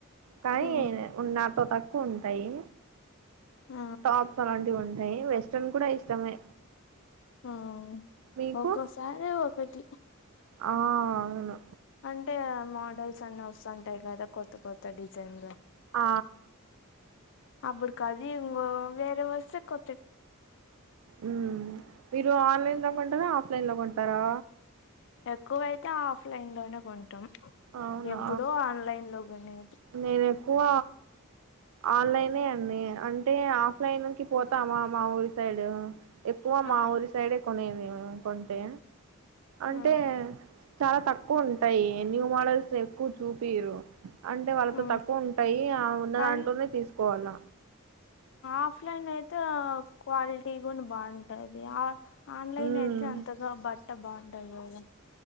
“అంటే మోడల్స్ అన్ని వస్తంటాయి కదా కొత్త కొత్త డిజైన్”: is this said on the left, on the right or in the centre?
Left